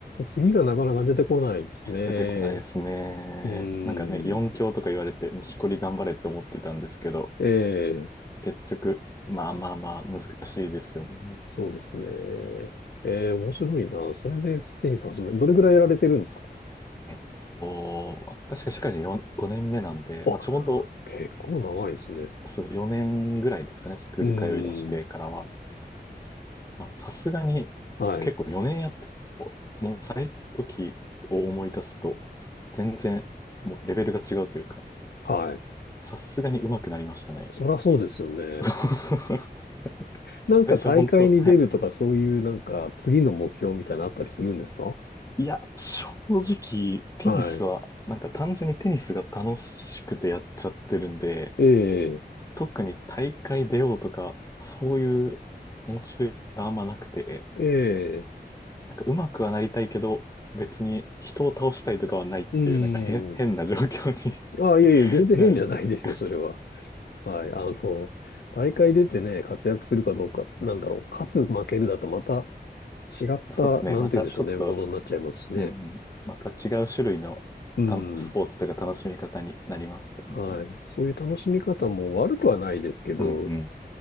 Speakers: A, on the left; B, on the left.
A: 次がなかなか出てこないですね。
B: 出てこないですね。
A: うん。
B: なんかね、4強とか言われて、錦織頑張れって思ってたんですけど、
A: ええ、
B: 結局、まあまあまあ、難しいですよね。
A: そうですね。ええ、面白いな。それでテニス始め、どれぐらいやられてるんですか
B: えっと、確か社会人4 5年目なんで、
A: あ、
B: まあ、ちょうど
A: 結構長いですね。
B: そう4年ぐらいですかね、スクール通い出してからは。
A: うん。
B: まあ、さすがに、
A: はい。
B: 結構4年やっても、もう最初の時を思い出すと、全然、もうレベルが違うというか、
A: はい。
B: さすがに上手くなりましたね。
A: そりゃそうですよね。
B: <laughs>
A: なんか大会に出るとか、
B: 最初は本当、はい、
A: そういうなんか次の目標みたいなのあったりするんですか
B: いや、正直、テニスは、
A: はい。
B: なんか単純にテニスが楽しくてやっちゃってるんで、
A: ええ
B: 特に大会出ようとか、そういうモチベがあんまなくて、
A: ええ、
B: なんか上手くはなりたいけど、別に人を倒したいとかはないっていう、
A: うん。
B: なんか変、変な状況に <laughs>
A: あ、いやいや、全然変じゃないですよ、
B: なるんですよね。
A: それは。はい。あの、大会出てね、活躍するかどうか、なんだろう、勝つ、負けるだとまた違った、
B: <laughs> そうですね。
A: なんて言うんでしょうね、
B: またちょっと、
A: ものになっちゃいますしね。
B: うんうん、また違う種類のたスポーツとか楽しみ方になりますよね。
A: うん。はい。そういう楽しみ方も悪くはないですけど、
B: うんうん。